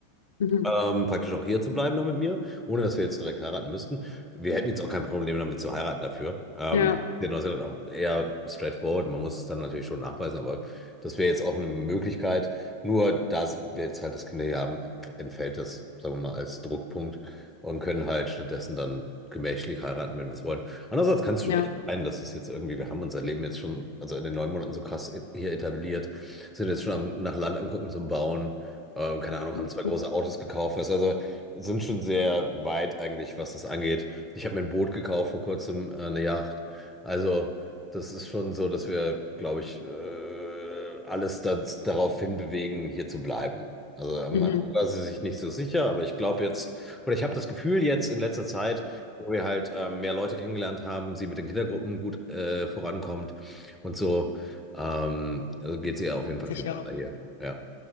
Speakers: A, on the left; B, in the centre.
A: Mhm.
B: ähm, praktisch auch hier zu bleiben da mit mir, ohne dass wir jetzt direkt heiraten müssten. Wir hätten jetzt auch kein Problem damit zu heiraten dafür. Ähm,
A: Ja,
B: der Neuseeland auch eher straightforward. Man muss es dann natürlich schon nachweisen, aber das wäre jetzt auch eine Möglichkeit. Nur da wir jetzt halt das Kinder hier haben, entfällt das, sagen wir mal, als Druckpunkt und können halt stattdessen dann gemächlich heiraten, wenn wir es wollen. Andererseits kann es
A: ja.
B: schon echt sein, dass es jetzt irgendwie, wir haben unser Leben jetzt schon, also in den neun Monaten so krass hier etabliert, sind jetzt schon am, nach Land am Gucken zum Bauen. Ähm, keine Ahnung,
A: Mhm.
B: haben zwei große Autos gekauft. Weißt, du, also sind schon sehr weit eigentlich, was das angeht. Ich habe mir ein Boot gekauft vor kurzem, äh, eine Yacht. Also das ist schon so, dass wir, glaube ich, äh, alles das, darauf hinbewegen, hier zu bleiben. Also am
A: Mhm.
B: Anfang war sie sich nicht so sicher, aber ich glaube jetzt, oder ich habe das Gefühl jetzt in letzter Zeit, wo wir halt äh, mehr Leute kennengelernt haben, sie mit den Kindergruppen gut äh, vorankommt und so, ähm, also geht es ihr auf jeden Fall
A: Sicher.
B: viel besser hier. Ja,